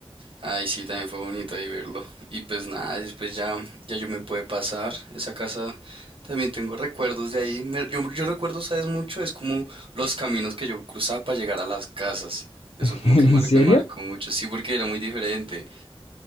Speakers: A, on the right (about 60°); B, on the left (about 90°).
A: Ay, sí, también fue bonito ahí verlo. Y pues nada, después ya, ya yo me pude pasar. Esa casa también tengo recuerdos de ahí. Me- yo, yo recuerdo, ¿sabes? Mucho, es como los caminos que yo cruzaba para llegar a las casas. Eso
B: <laughs>
A: como
B: ¿En
A: que mar-
B: serio?
A: me marcó mucho, sí, porque era muy diferente.